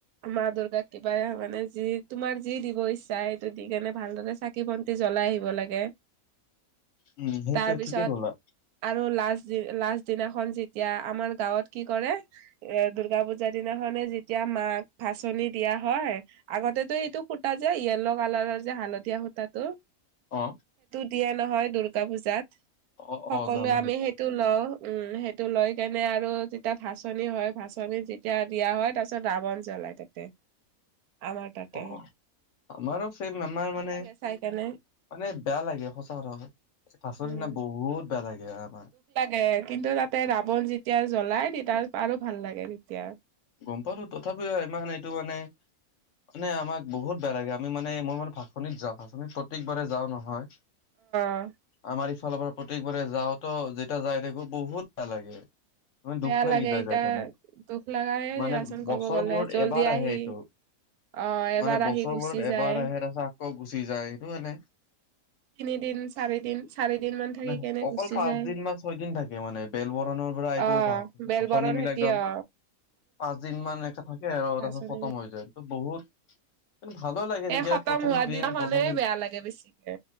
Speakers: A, on the right (about 85°); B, on the left (about 65°).
A: মা দুৰ্গাক কিবা মানে যি তোমাৰ যি দিব ইচ্ছা সেইটো দি কেনে ভালদৰে চ চাকি বন্তি জলাই আহিব লাগে,
B: উম, সেইটোৱে
A: তাৰ পিছত
B: ঠিকেই ক'লা
A: আৰু লা লাষ্ট দিনাখন যেতিয়া আমাৰ গাঁৱত কি কৰে এ দূৰ্গা পূজাৰ দিনাখনে যেতিয়া মাক ভাচনি দিয়া হয় আগতেতটো এইটো সুতা যে য়েল্ল' কালাৰৰ যে হালধীয়া সুতা। তাতো।
B: অ।
A: দিয়ে নহয় দূৰ্গা পূজাত
B: অ',
A: সকলোৱে
B: অ', জানো
A: আমি সেইটো লওঁ। সেইটো লৈ কেনে আৰু যেতিয়া ভচনি হয় ভাচনী যেতিয়া দিয়া হয় তাৰপিছত ৰাৱণ জল। ওলায় তাতে। আমাৰ তাতে
B: অ আমাৰো ছেম আমাৰ
A: ভাল
B: মানে।
A: লাগে
B: মানে
A: চাই কেনে
B: বেয়া লাগে সঁচা কথা পাচৰ
A: উম
B: দিনা বহুত বেয়া লাগে। এয়া আমাৰ।
A: এ কিন্তু তাতে ৰাৱণ যেতিয়া জ্বলাই তেতিয়া আৰু ভাল লাগে তেতিয়া।
B: গম পালো তথাপিও ইমান এইটো মানে। নে আমাক বহুত বেয়া লাগে আমি মানে মই মানে ভাচনিত যাওঁ ভাচনিত প্ৰত্যেকবাৰে যাওঁ নহয়।
A: অ
B: আমাৰ। ফালৰ পৰা প্ৰত্যেকবাৰে যাওঁতেো যেতিয়া যাই থাকো বহুত ভেয়া লাগে। মাৰ
A: বেয়া
B: দুখ লাগি
A: লাগে
B: য
A: এতিয়া
B: যা কেনে।
A: দুখ লগায়ে
B: মানে
A: দিয়াচোন ক'ব
B: বছৰ
A: গ'লে
B: মূৰত
A: জল্দি
B: এবাৰ আহে
A: আহি
B: এইটো।
A: অ এবাৰ
B: মানে বছৰবোৰত
A: আহি গুচি যায়
B: এবাৰ আহে তছে আকৌ গুচি যায় সেইটো মানে।
A: তিনিদিন চাৰিদিন চাৰিদিন মান
B: মানে
A: থাকি কেনে
B: অকল
A: গুচি
B: পাঁচ
A: যায়
B: দিন বা ছয় দিন থাকে মানে বেল বৰণৰ। পৰা এইটো
A: অ
B: ভ
A: বেলবৰণ
B: ভষনি মিলাই
A: খেতি
B: একদম।
A: অ
B: পাঁচ দিন মান একে থাকে আৰু
A: ভাচনি
B: তাৰপিছত খতম হৈ যায় টো বহুত। কিন্ত ভাল লাগে যেতিয়া
A: এই খতম
B: প্ৰথম
A: হোৱা
B: ক্ৰীম
A: দিনাখনে
B: প্ৰথম।
A: বেয়া লাগে বেছিকে